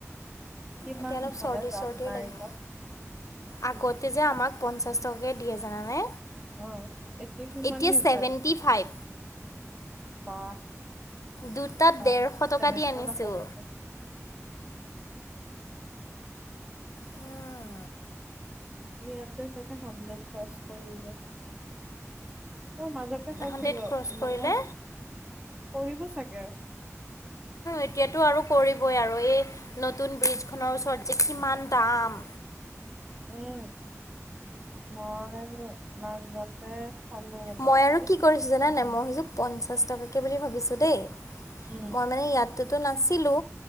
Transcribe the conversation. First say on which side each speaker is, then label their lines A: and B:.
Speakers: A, on the right (about 20°); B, on the left (about 80°).
A: কিমান
B: এতিয়া অলপ
A: হালে
B: চৰ্দি
A: যাম
B: চৰ্দিও
A: নাৰিকল।
B: লাগে আগতে যে আমাক পঞ্চাছ টকাকৈ দিয়ে জানানে।
A: অ'। কিমান
B: এতিয়া
A: দিছে
B: ছেভেণ্টি ফাইভ।
A: বা।
B: দুটাত
A: অ
B: ডেৰশ টকা
A: ছেভেণ্টি
B: দি আনিছোঁ
A: হব ছাগে।
B: উম।
A: ইয়াতে চাগে হাড্ৰেড ক্ৰচ কৰিলে। মোৰ মাজতে খাইছিলো
B: হাণ্ড্ৰেড ক্ৰছ কৰিলে
A: মানে কৰিব চাগে। <inaudible>
B: এতিয়াতো আৰু কৰিবই আৰু এই নতুন ব্ৰিজখনৰ ওচৰত যে কিমান দাম।
A: উম। মই মাজতে খালোঁ ৰ'বা
B: মই আৰু
A: এই
B: কি কৰিছো জানানাই
A: গুৱাহাটী-
B: মই সযো পঞ্চাশ টকাকে বুলি ভাবিছো দেই।
A: উম,
B: মই মানে ইয়াততোতো নাছিলো